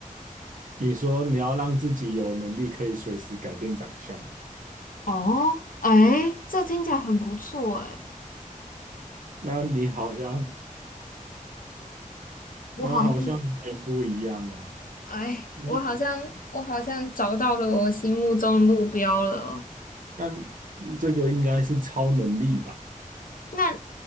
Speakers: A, on the right; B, on the left.
A: 你说你要让自己有能力可以随时改变长相。
B: 哦，哎，这听起来很不错哎。
A: 那你好像，那好像有点不一样哦。
B: 我好像，哎，
A: 你
B: 我好像，我好像找到了我心目中的目标了。
A: 那这个应该是超能力吧？
B: 那